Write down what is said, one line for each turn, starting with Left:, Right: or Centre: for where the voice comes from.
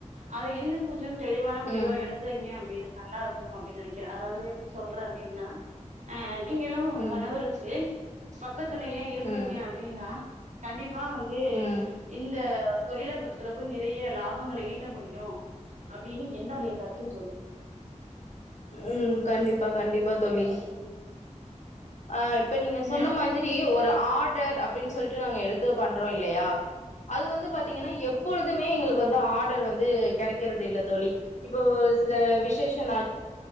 Right: அது இன்னு கொஞ்சம் தெளிவான முடிவா
Left: ம்
Right: எடுத்தீங்க அப்டின்னா நல்லா இருக்கும் அப்டின்னு நெனக்கிறே அதாவது எப்டி சொல்ற அப்டின்னா அ நீங்க இல்லாம உங்க
Left: ம்
Right: கணவுருச்சு பக்கத் த்தனைய இருக்குறீங்க
Left: ம்
Right: அப்டின்னா கண்டிப்பா வந் ஏ
Left: ம்
Right: இந்த அ தொழில பொருத்தளவு நிர் றைய லாபங்கள ஈட்ட முடியு அப்டின்னு என்னோடைய கருத்து தோழி.
Left: ம் கண்டிப்பா கண்டிப் பா தோழி. ஆ இப்ப நீங்க சொன்ன
Right: அப்ப
Left: மாதிரி ஒ ஆர்டர் அப்டின்னு சொல்ட்டு நாங்க எடுத்து பண்றோ இல்லையா அது வந்து பாத்தீங்கன்னா எப்பொழுதுமே எங்களுக்கு வந்து ஆர்டர் வந்து கெடைக்கறது இல்ல தோழி. இப்போ ஒரு சில விசேஷ நாள்